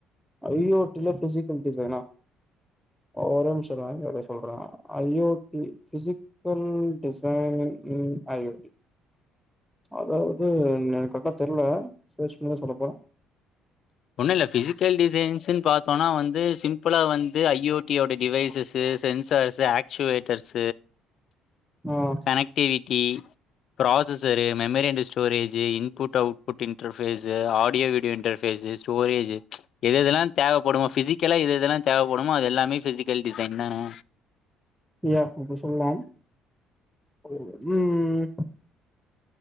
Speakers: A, in the centre; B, on the left (about 55°).
A: ஜ ஓ டி னா ஃஃபிசிக்கல் டிஸைன்னா அ ஒரேநிம்ஷங்க இத சொல்றே I O T physical design in I O T அதாவது எனக்கு கரெக்டா தெரியல சேர்ச் பண்ணிதா சொல்லப்போற
B: ஒண்ணு இல்ல ஃபிசிக்கல் டிசைன்ஸ்ன்னு பாத்தோனா வந்து சிம்புளா வந்து ஐ ஓ டி ஓட டிவைசஸ் வந்து sensors actuators
A: a
B: connectivity processor memory and storage input output interface audio video interfaces storage எதுஎதெல்லா தேவப்படுமோ ஃபிசிக்கலா எதுஎதெல்லா தேவப்படுமோ அது எல்லாமே ஃபிசிக்கல் டிசைன் தானே
A: யா அப்டி சொல்லலா ம் ம்